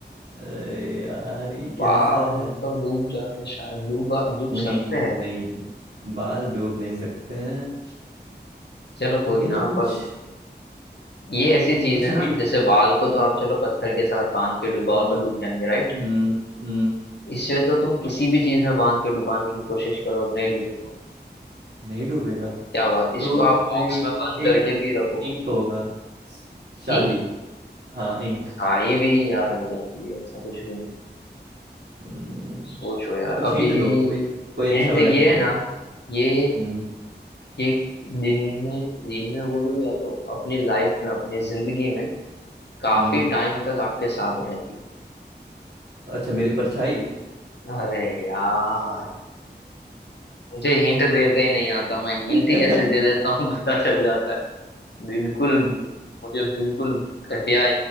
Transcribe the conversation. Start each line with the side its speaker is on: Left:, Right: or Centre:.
Right: अरे यार ये कैसा
Left: वाव
Right: है
Left: तो डूब जाते शायद डूबा डूब
Right: नहीं
Left: सकते हैं
Right: नहीं बाल डूब नहीं सकते हैं
Left: चलो कोई
Right: ये
Left: ना
Right: तो कुछ
Left: पर ये ऐसी चीज
Right: कुछ
Left: है
Right: हिंट
Left: ना जैसे बाल को
Right: हम्म
Left: तो आप चलो पत्थर के साथ बांध के डुबाओ
Right: हम्म
Left: तो डूब जाएंगे राइट
Right: हम्म हम्म,
Left: इससे तो तुम किसी भी चीज में बांध के डुबाने की कोशिश करो और नहीं डूबेगा
Right: नहीं डूबेगा
Left: क्या बात
Right: तो
Left: इसको आप बॉक्स
Right: फिर
Left: में बंद
Right: इंक
Left: करके भी रखो
Right: इंक होगा स- शाही
Left: नहीं
Right: हाँ इंक
Left: साई भी यार हो जाती है ऐसा कुछ भी नहीं
Right: हम्म,
Left: सोचो यार
Right: कुछ
Left: अभी
Right: हिंट दो कोई कोई
Left: हिंट
Right: अच्छा वाला
Left: ये
Right: हिंट
Left: है ना
Right: दो
Left: ये
Right: हम्म
Left: ये दिन में दिन में बोलो या तो अपनी लाइफ में अपनी जिंदगी में काफी
Right: हम्म
Left: टाइम तक आपके साथ रहती
Right: अच्छा मेरी परछाई
Left: है अरे यार मुझे हिंट देते ही नहीं आता मैं हिंट
Right: <laughs>
Left: ही
Right: आ,
Left: ऐसे दे देता हूँ <laughs> पता चल जाता है बिल्कुल मुझे बिल्कुल घटिया